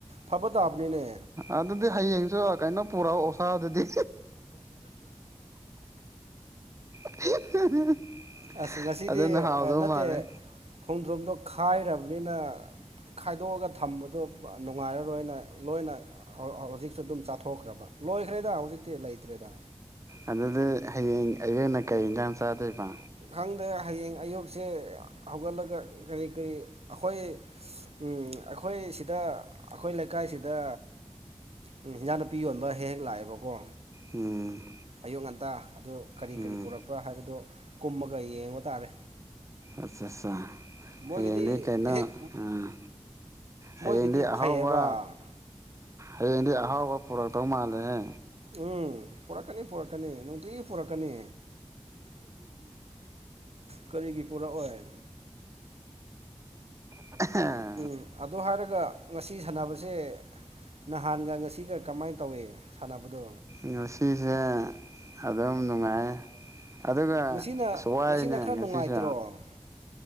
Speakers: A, on the right (about 80°); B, on the right (about 30°).
A: ꯐꯕ ꯇꯥꯕꯅꯤꯅꯦ
B: ꯑꯗꯨꯗꯤ ꯍꯌꯦꯡꯁꯨ ꯀꯩꯅꯣ ꯄꯨꯔꯛꯑꯣ ꯑꯣꯁꯥ ꯑꯗꯨꯗꯤ <unintelligible>
A: ꯑꯁ ꯉꯁꯤꯗꯤ
B: ꯑꯗꯨꯅ ꯍꯥꯎꯗꯧ
A: ꯅꯠꯇꯦ
B: ꯃꯥꯜꯂꯦ
A: ꯈꯣꯡꯗ꯭ꯔꯨꯝꯗꯣ ꯈꯥꯏꯔꯕꯅꯤꯅ ꯈꯥꯏꯗꯣꯛꯑꯒ ꯊꯝꯕꯗꯣ ꯅꯨꯡꯉꯥꯏꯔꯔꯣꯏꯅ ꯂꯣꯏꯅ ꯍꯧꯖꯤꯛꯁꯨ ꯑꯗꯨꯝ ꯆꯥꯊꯣꯛꯈ꯭ꯔꯕ ꯂꯣꯏꯈ꯭ꯔꯦꯗ ꯍꯧꯖꯤꯛꯇꯤ ꯂꯩꯇ꯭ꯔꯦꯗ
B: ꯑ ꯑꯗꯨꯗꯤ ꯍꯌꯦꯡ ꯑꯌꯨꯛꯅ ꯀꯩ ꯌꯦꯟꯖꯥꯡ ꯆꯥꯗꯣꯏꯕ
A: ꯈꯪꯗꯦ ꯍꯌꯦꯡ ꯑꯌꯨꯛꯁꯦ ꯍꯧꯒꯠꯂꯒ ꯀꯔꯤ ꯀꯔꯤ ꯑꯩꯈꯣꯏ ꯎꯝ ꯑꯩꯈꯣꯏ ꯁꯤꯗ ꯑꯩꯈꯣꯏ ꯂꯩꯀꯥꯏꯁꯤꯗ ꯍꯤꯟꯖꯥꯡ ꯅꯨꯄꯤ ꯌꯣꯟꯕ ꯍꯦꯛ ꯍꯦꯛ ꯂꯥꯛꯑꯦꯕꯀꯣ
B: ꯎꯝ
A: ꯑꯌꯨꯛ ꯉꯟꯇꯥ ꯑꯗꯨ ꯀꯔꯤ
B: ꯎꯝ
A: ꯀꯔꯤ ꯄꯨꯔꯛꯄ꯭ꯔ ꯍꯥꯏꯕꯗꯨ ꯀꯨꯝꯃꯒ ꯌꯦꯡꯕ ꯇꯥꯔꯦ
B: ꯑꯠꯆꯥꯆꯥ
A: ꯃꯣꯏꯒꯤꯗꯤ
B: ꯍꯌꯦꯡꯗꯤ ꯀꯩꯅꯣ
A: ꯍꯦꯛ
B: ꯑꯥ ꯍꯌꯦꯡꯗꯤ
A: ꯃꯣꯏꯒꯤꯗꯤ ꯐꯩꯌꯦꯕ
B: ꯑꯍꯥꯎꯕ ꯍꯌꯦꯡꯗꯤ ꯑꯍꯥꯎꯕ ꯄꯨꯔꯛꯇꯧ ꯃꯥꯜꯂꯦꯍꯦ
A: ꯎꯝ ꯄꯨꯔꯛꯀꯅꯤ ꯄꯨꯔꯛꯀꯅꯤ ꯅꯨꯡ ꯇꯤꯒꯤ ꯄꯨꯔꯛꯀꯅꯤ ꯀꯔꯤꯒꯤ ꯄꯨꯔꯛꯑꯣꯏ
B: <unintelligible>
A: ꯎꯝ ꯑꯗꯨꯗ ꯍꯥꯏꯔꯒ ꯉꯁꯤ ꯁꯥꯟꯅꯕꯁꯦ ꯅꯍꯥꯟꯒ ꯉꯁꯤꯒ ꯀꯃꯥꯏꯅ ꯇꯧꯏ ꯁꯥꯟꯅꯕꯗꯣ
B: ꯉꯁꯤꯁꯦ ꯑꯗꯨꯝ ꯅꯨꯡꯉꯥꯏ ꯑꯗꯨꯒ
A: ꯉꯁꯤꯅ
B: ꯑꯁ ꯋꯥꯌꯦꯅꯦ
A: ꯉꯁꯤꯅ ꯈꯔ
B: ꯉꯁꯤꯁꯨ
A: ꯅꯨꯡꯉꯥꯏꯇ꯭ꯔꯣ